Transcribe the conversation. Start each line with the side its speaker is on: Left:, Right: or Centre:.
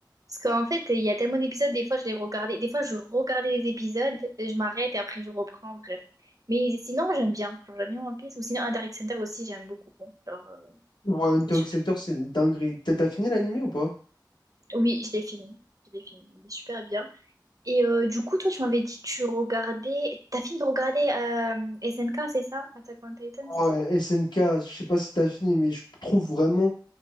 Right: Parce qu'en fait, il y a tellement d'épisodes, des fois je les regardais, des fois je regardais les épisodes, et je m'arrête et après je reprends, bref. Mais sinon, j'aime bien. Genre, j'aime bien One Piece. Ou sinon, Hunter x Hunter aussi, j'aime beaucoup. Genre, euh,
Left: Ouais, Hunter
Right: c'est su-
Left: x Hunter, c'est une dinguerie. T'as t'as fini l'animé ou pas?
Right: Oui, je l'ai fini. Je l'ai fini. Il est super bien. Et euh, du coup, toi, tu m'avais dit que tu regardais. T'as fini de regarder euh, SNK, c'est ça? Attack on Titan,
Left: Ouais,
Right: c'est ça?
Left: SNK, je sais pas si t'as fini, mais je trouve vraiment,